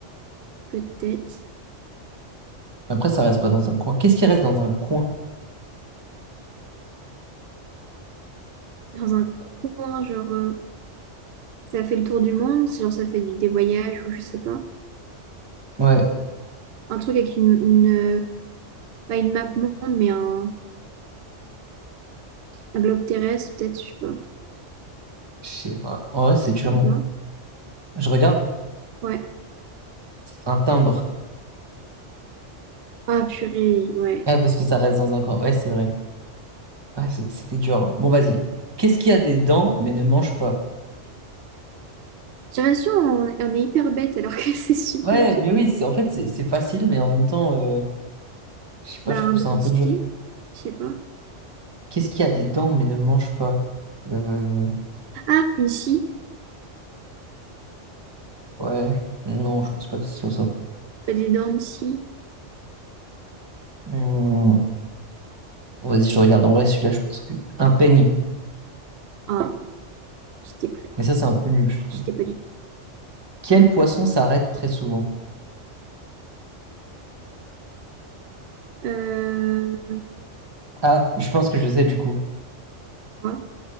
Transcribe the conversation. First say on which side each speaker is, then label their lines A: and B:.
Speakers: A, on the right; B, on the right.
A: Peut-être.
B: Après, ça reste pas dans un coin. Qu'est-ce qui reste dans un coin?
A: Dans un coin, genre. euh, ça fait le tour du monde, c'est genre, ça fait du- des voyages ou je sais pas.
B: Ouais,
A: Un truc avec une. une, euh, pas une map monde, mais un, un globe terrestre, peut-être, je sais pas.
B: je sais pas. En vrai, c'est dur.
A: Voilà.
B: hein. Je regarde
A: Ouais.
B: un timbre.
A: Ah, purée, ouais.
B: Ouais, parce que ça reste dans un coin. Ouais, c'est vrai. Ouais, c'est- c'était dur. hein. Bon, vas-y. Qu'est-ce qui a des dents mais ne mange pas?
A: J'ai l'impression on, on est hyper bête alors que <laughs> c'est super
B: Ouais,
A: dur.
B: mais oui, c'est en fait, c'est c'est facile, mais en même temps, euh, je sais pas,
A: Bah,
B: je
A: un
B: trouve
A: dentier,
B: ça un peu dur.
A: je sais pas.
B: Qu'est-ce qui a des dents mais ne mange pas? Euh,
A: Ah, une scie,
B: ouais, non, je pense pas que ce soit ça.
A: pas des dents de scie.
B: Hmm, Bon, Vas-y, je regarde. En vrai, celui-là, je pense que... Un peigne.
A: Ah, j'étais prêt,
B: Mais ça, c'est un peu nul, je trouve.
A: j'étais pas du tout.
B: Quel poisson s'arrête très souvent?
A: Euh,
B: Ah, je pense que je sais, du coup.
A: quoi?